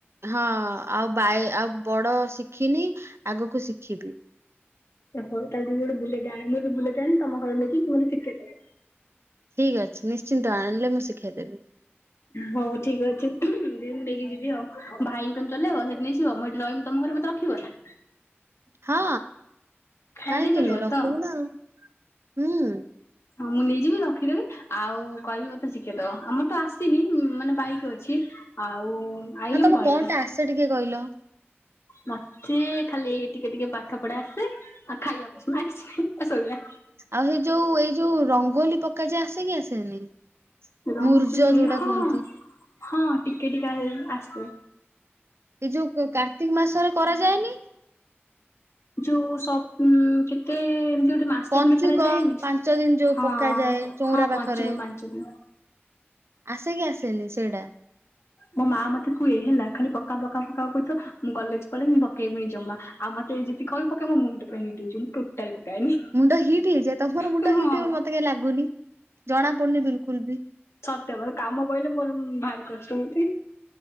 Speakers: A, on the right; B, on the left.
A: ହଁ ଆଉ ବାଇ ଆଉ ବଡ ଶିଖିନି ଆଗକୁ ଶିଖିବି।
B: ଓହୋ ତାହେଲେ ଦିଦି ଗୋଟେ ବୁଲେଟ ଆଣ ବୁଲେଟ୍ ଆଣି ତମ ଘର ନେଇକି ମୋତେ ଶିିଖେଇ ଦବ।
A: ଠିକ୍ ଅଛି ନିଶ୍ଚିନ୍ତ ଆଣିଲେ ମୁଁ ଶିଖାଇଦେବି।
B: ହଉ ଠିକ ଅଛି ଦିଦିନ ନେଇକି ଯିବି ଆଉ ଭାଇ କ ହିମ ଚଲେଇବ ସେଇଠି ନେଇଯିବ ମୁଁ ଏଠି ରହି ତମ ଘରେ ମତେ ରଖିବ ନା?
A: ହଁ
B: ଖାଇ
A: କାହିଁକି
B: ଦେଇ ପାରିବ
A: ନୁହେଁ ରଖିବୁ
B: ତ?
A: ନା ହୁଁ।
B: ହଁ ମୁଁ ନେଇଯିବି ରଖିଦେବେ। ଆଉ କହିବି ବୋତେ ଶିକେ ଦ ଆମର ତ ଆସିନି ମାନେ ବାଇକ ଅଛି ଆଉ ଆଇଲେ
A: ଆଉ ତମକୁ
B: ମୁଁ କହିବି
A: କଣ ଟେ ଆସେ ଟିକେ କହିଲ?
B: ମତେ ଖାଲି ଟିକେ ଟିକେ ପାଠ ପଢା ଆସେ ଆଉ ଖାଇବା ନାଇଁ କିଛି ନାହିଁ ଶୋଇବା।
A: ଆଉ ସେ ଯୋଉ ଏଇ ଯୋଉ ରଙ୍ଗୋଲି ପକ୍କା ଯାଏ ଆସେ କି ଆସେନି?
B: ରଙ୍ଗୋଲି
A: ମୂର୍ଜ ଯୋଉଟା
B: ହଁ
A: କୁହନ୍ତି।
B: ହଁ ଟିକେ ଟିକେ ଆସେ।
A: ଏ ଯୋଉ କାର୍ତ୍ତିକ ମାସରେ କରାଯାଏନି।
B: ଯୋଉ ସ କେତେ ଏମତି ଗୋଟେ ମା ସେ
A: ପଞ୍ଚୁକ
B: ପୁଣି କରାଯାଏନି
A: ପାଞ୍ଚ ଦିନ ଯୋଉ
B: ହଁ
A: ପକାଯାଏ ଚଉଁରା
B: ହଁ
A: ପାଖରେ
B: ପଞ୍ଚୁକ ପାଞ୍ଚ ଦିନ
A: ଆସେ କି ଆସେନି ସେଇଟା।
B: ମୋ ମା ମତେ କୁଏ ହେଲା ଖାଲି ପକା ପକା ପକା କ ତ ମୁଁ କଲେଜ ପଳେଇ ମୁଁ ପକେଇବି ଜମା ଆଉ ମତେ ଯଦି କହିବ ପକେଇବ ମୋ ମୁଣ୍ଡ ପୁରା ହିଟ୍ ହେଇଯିବ ମୁଁ ପକାଏନି
A: ମୁଣ୍ଡ ହିଟ୍ ହେଇଯାଏ ତମର ମୁଣ୍ଡ
B: ହଁ
A: ହିଟ୍ ହେଇ ବୋଲି ମତେ କାହିଁ ଲାଗୁନି। ଜଣା ପଡୁନି ବିଲକୁଲ ବି।
B: ତାପରେ କାମ ପଇଲେ ମୋର ଭାରି କଷ୍ଟ ମୋତେ